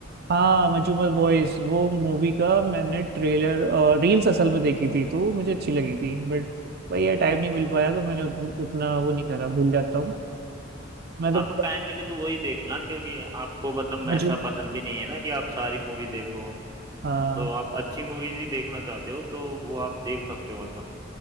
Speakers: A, on the right; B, on the right.
A: हाँ मजूमल बॉयज वो मूवी का मैंने ट्रेलर रील्स असल में देखी थी तो वो मुझे अच्छी लगी थी बट भाई यार टाइम नहीं मिल पाया तो मैंने उत, उतना वो नहीं करा भूल जाता हूँ मैं तो
B: आपको टाइम मिले तो वही देखना क्योंकि आपको मतलब
A: मजूम
B: ऐसा पसंद भी नहीं है ना कि आप सारी मूवी देखो
A: हाँ
B: तो आप अच्छी मूवीज ही देखना चाहते हो तो वो आप देख सकते हो मतलब